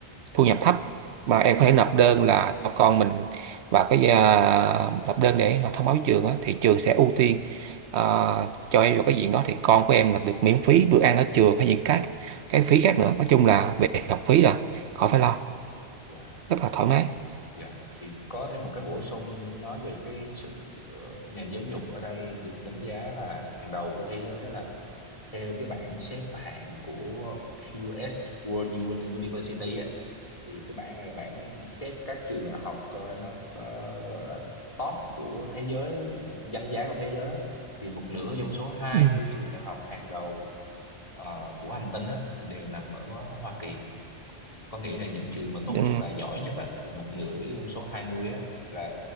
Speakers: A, on the right; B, on the left.
A: thu nhập thấp mà em có thể nộp đơn là cho con mình vào cái à, nộp đơn để họ thông báo với trường á, thì trường sẽ ưu tiên à, cho em vào cái diện đó thì con của em là được miễn phí bữa ăn ở trường hay những cái cái phí khác nữa nói chung là về học phí là khỏi phải lo
B: Dạ,
A: rất là thoải
B: thế,
A: mái
B: dạ. Thì có thêm một cái bổ sung nói về cái sự ờ, nền giáo dục ở đây được đánh giá là hàng đầu của thế giới đó là theo cái bảng xếp hạng của QS World Uni- University á thì cái bảng này là bảng xếp các trường đại học coi nó ờ, gọi là top của thế giới bảng danh giá của thế giới thì một nửa trong số hai
A: Ừ.
B: mươi trường đại học hàng đầu ờ, của hành tinh á thì đều nằm ở Hoa Kỳ có nghĩa là những trường mà tốt
A: ừ
B: nhất là giỏi nhất á, là một nửa trong số 20 á, là